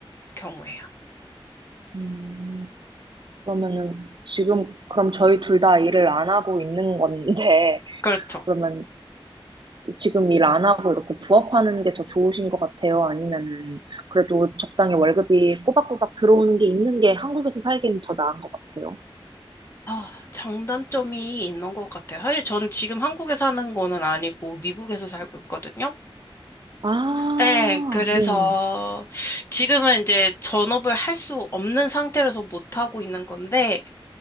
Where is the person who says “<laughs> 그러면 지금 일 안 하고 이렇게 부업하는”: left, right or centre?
Right